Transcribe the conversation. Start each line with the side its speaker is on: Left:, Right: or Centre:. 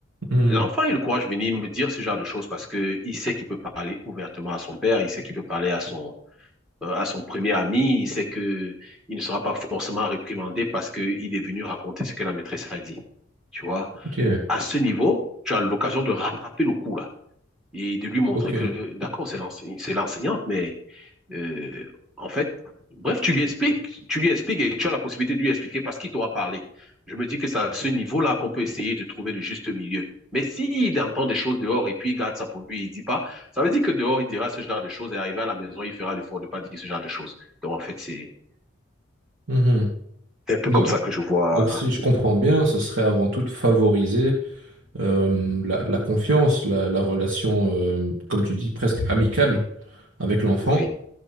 Right: Mhm.
Centre: l'enfant a le courage de venir me dire ce genre de choses parce que il sait qu'il peut parler ouvertement à son père, il sait qu'il peut parler à son, euh, à son premier ami, il sait que il ne sera pas forcément réprimandé parce que il est venu raconter ce que la maîtresse a dit. Tu vois?
Right: Ok,
Centre: à ce niveau, tu as l'occasion de rattraper le coup là et de lui montrer
Right: ok.
Centre: que d'accord, c'est l'enseignante, mais euh, en fait, bref, tu lui expliques, tu lui expliques et tu as la possibilité de lui expliquer parce qu'il t'aura parlé. Je me dis que c'est à ce niveau-là qu'on peut essayer de trouver le juste milieu. Mais s'il entend des choses dehors et puis il garde ça pour lui et il dit pas, ça veut dire que dehors il dira ce genre de choses et arrivé à la maison il fera l'effort de pas dire ce genre de choses. Donc en fait, c'est
Right: Mhm.
Centre: un peu
Right: Donc,
Centre: comme ça que je vois.
Right: donc si je comprends bien, ce serait avant tout de favoriser euh, la, la confiance, la, la relation, euh, comme tu dis, presque amicale avec l'enfant
Centre: Oui,